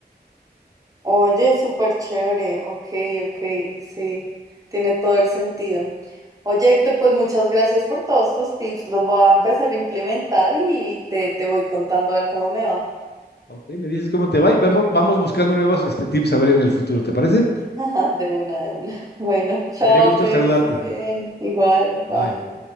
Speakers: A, on the right; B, on the left.
A: Oye, súper chévere. Ok, ok, sí. Tiene todo el sentido. Oye, Héctor, pues muchas gracias por todos tus tips. Los voy a empezar a implementar y te, te voy contando a ver cómo me va.
B: Ok, me dices cómo te va y vamos, vamos buscando nuevos este, tips a ver en el futuro, ¿te parece?
A: <laughs> De una, de una. Bueno, chao,
B: Me dio gusto
A: te,
B: saludarte.
A: veo que estés bien. Igual, bye.
B: Bye.